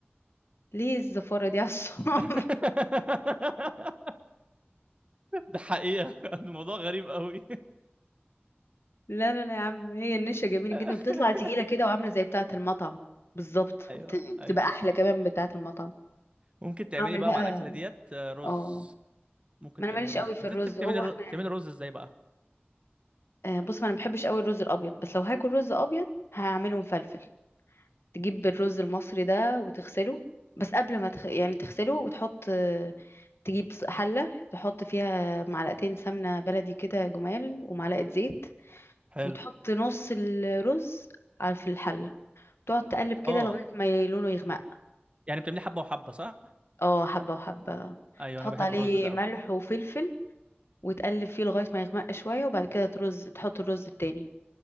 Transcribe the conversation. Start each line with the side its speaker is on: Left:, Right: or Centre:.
Left: ليه الزفارة دي على الصوابع
Right: <laughs> ده حقيقه <laughs> الموضوع غريب قوي
Left: لا لا لا يا عم هي النشا جميلة
Right: <laughs>
Left: جدا وبتطلع تقيلة كده وعاملة زي بتاعة المطعم بالظبط
Right: ايوه
Left: بت- بتبقى
Right: ايوه
Left: أحلى كمان من بتاعة المطعم
Right: ممكن تعملي
Left: اعمل
Right: بقى
Left: بقى
Right: مع الاكله ديت آه، رز
Left: اه
Right: ممكن
Left: ما
Right: تعملي
Left: انا ماليش
Right: رز
Left: قوي في
Right: بتعملي
Left: الرز
Right: بتعملي
Left: هو
Right: الر-
Left: احنا
Right: بتعملي رز ازاي بقى
Left: آه، بص ما انا ما بحبش قوي الرز الابيض بس لو هاكل رز ابيض هعمله مفلفل تجيب الرز المصري ده وتغسله بس قبل ما تخ... يعني تغسله وتحط آه، تجيب ص- حلة تحط فيها معلقتين سمنة بلدي كده جمال ومعلقة زيت
Right: حلو
Left: وتحط نص الرز على في الحلة تقعد تقلب كده
Right: اه
Left: لغاية ما لونه يغمق
Right: يعني بتعملي حبه وحبه صح
Left: اه حبة وحبة
Right: ايوه
Left: تحط
Right: انا بحب
Left: عليه
Right: الرز ده
Left: ملح
Right: قوي
Left: وفلفل وتقلب فيه لغاية ما يغمق شوية وبعد كده ترز تحط الرز التاني